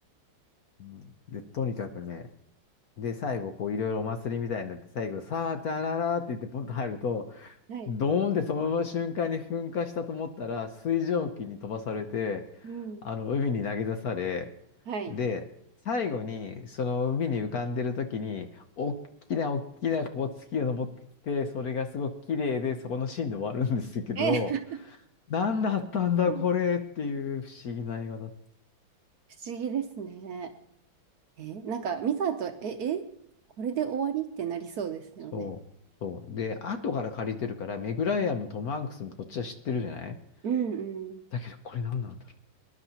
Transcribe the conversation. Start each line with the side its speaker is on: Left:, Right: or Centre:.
Left: うん、で、とにかくね、で、最後、こう、いろいろお祭りみたいになって、最後、さあ、じゃららって言って、ポンと入ると、
Right: はい。
Left: ドーンってそのまま瞬間に噴火したと思ったら、水蒸気に飛ばされて、
Right: うん。
Left: あの、海に投げ出され、
Right: はい。
Left: で、最後に、その海に浮かんでる時に、おっきなおっきな、こう、月が昇ってきて、それがすごく綺麗で、そこのシーンで終わるんですけど、
Right: え、
Left: 何だったんだ、
Right: <laughs> 不
Left: これっていう不思議な映画だっ
Right: 思議ですね。え、なんか、ミサと、え、え、これで終わりってなりそうですよね。
Left: そう、そう。で、後から借りてるから、メグライアンもトム・ハンクスもこっちは知ってるじゃない
Right: うんうん。
Left: だけど、これ何なんだろ